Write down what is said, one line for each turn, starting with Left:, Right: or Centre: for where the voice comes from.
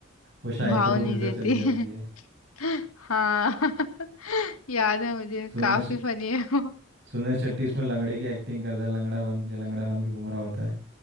Right: वो शाहिद
Left: भाव
Right: कपूर
Left: नहीं
Right: के साथ
Left: देती
Right: चली जाती है
Left: <laughs> हाँ <laughs> याद है मुझे
Right: सुनील
Left: काफी फनी है
Right: सुनील शेट्टी इसमें लंगड़े की एक्टिंग करता है लंगड़ा बन के लंगड़ा बन के घूम रहा होता है